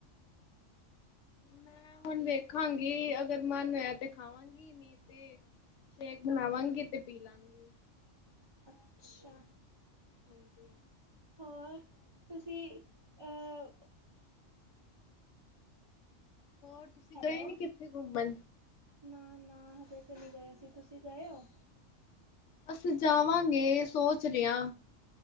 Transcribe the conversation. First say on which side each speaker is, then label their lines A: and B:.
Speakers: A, on the left; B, on the right.
A: ਮੈਂ ਹੁਣ ਵੇਖਾਂਗੀ ਅਗਰ ਮਨ ਹੋਇਆ ਤੇ ਖਾਵਾਂਗੀ ਸ਼ੇਕ ਬਣਾਵਾਂਗੀ ਤੇ ਪੀ ਲਾਂਗੀ
B: ਅੱਛਾ
A: ਹਾਂਜੀ
B: ਹੋ ਤੁਸੀਂ ਅਹ
A: ਹੋਰ ਤੁਸੀਂ
B: ਹੈਲੋ
A: ਗਏ ਨੀ ਕਿੱਥੇ ਘੁੰਮਣ
B: ਨਾ ਨਾ ਹਜੇ ਨਹੀਂ ਗਿਆ ਸੀ ਤੁਸੀਂ ਗਏ ਹੋ
A: ਅਸੀਂ ਜਾਵਾਂਗੇ ਸੋਚ ਰਿਹਾ